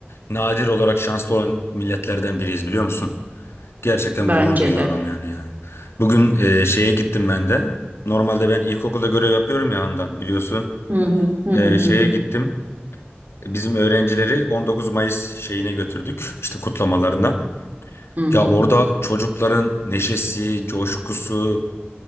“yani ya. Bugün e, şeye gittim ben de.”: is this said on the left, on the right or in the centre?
Left